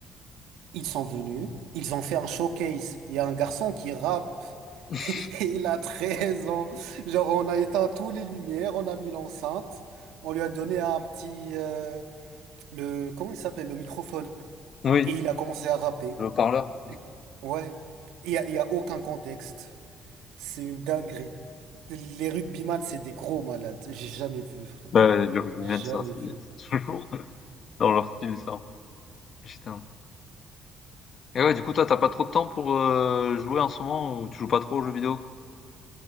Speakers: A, on the right (about 85°); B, on the left (about 55°).
A: Ils sont venus, ils ont fait un showcase. Il y a un garçon qui rappe
B: <laughs>
A: <laughs> il a 13 ans. Genre on a éteint toutes les lumières, on a mis l'enceinte, on lui a donné un petit euh, le comment il s'appelle, le microphone
B: Oui,
A: et il a commencé à rapper.
B: le haut-parleur.
A: Et tout. Ouais. Il y a, il y a aucun contexte. C'est une dinguerie. Les rugbyman, c'est des gros malades. J'ai jamais vu, frère.
B: Bah, les rugbymen,
A: Jamais
B: ça, c'est
A: vu.
B: c'est toujours <laughs> dans leur style, ça. Putain. Et ouais, du coup, toi, t'as pas trop de temps pour, heu, jouer en ce moment ou tu joues pas trop aux jeux vidéo?